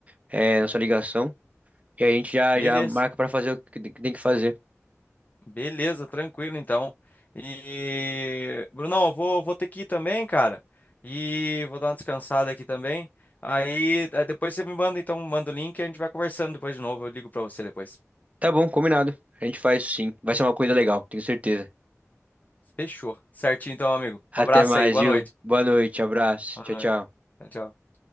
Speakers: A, on the right; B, on the left.
A: é, nossa ligação, e aí a gente já,
B: Beleza.
A: já marca pra fazer o que tem que tem que fazer.
B: Beleza, tranquilo então. E Brunão, eu vou, vou ter que ir também, cara. E vou dar uma descansada aqui também. Aí eh, depois você me manda então, manda o link e a gente vai conversando depois de novo. Eu ligo pra você depois.
A: Tá bom, combinado, a gente faz isso sim, vai ser uma coisa legal, tenho certeza.
B: Fechou. Certinho então, amigo.
A: Até
B: Um abraço
A: mais,
B: aí. Boa
A: viu?
B: noite.
A: Boa noite, abraço,
B: Boa
A: tchau,
B: noite.
A: tchau.
B: Tchau. Tchau.